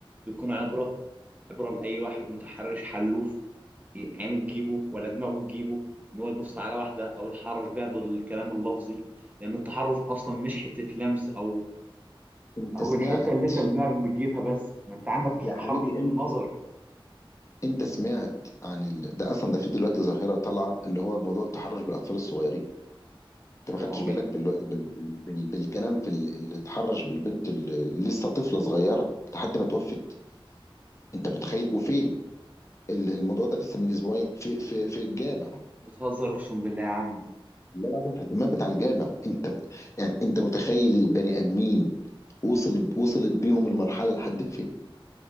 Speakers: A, on the right; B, on the left.
A: ويكون عبره عبره لاي واحد متحرش حلوف ي- عينه تجيبه ولا دماغه تجيبه ان هو يبص على واحده او يتحرش بيها بالكلام اللفظي لان التحرش اصلا مش حته لمس او
B: أنت
A: او
B: سمعت
A: الحته اللي انت بدماغك بتجيبها بس ما انت عندك التحرش
B: يا حبيبي
A: بالنظر
B: انت سمعت عن ال... ده اصلا ده في دلوقتي ظاهره طالعه اللي هو موضوع التحرش بالاطفال الصغيرين انت
A: يا
B: ما
A: لهوي
B: خدتش بالك بال... بال... بال... بالكلام في ال- اللي اتحرش بالبنت اللي لسه طفله صغيره لحد ما توفت انت متخيل وفين ال- الموضوع ده لسه من اسبوعين في في في الجامع
A: بتهزر اقسم بالله يا عم
B: لا لازم في الدماغ بتاع الجامع انت يعني انت متخيل البني ادمين وصل وصلت بيهم المرحله لحد فين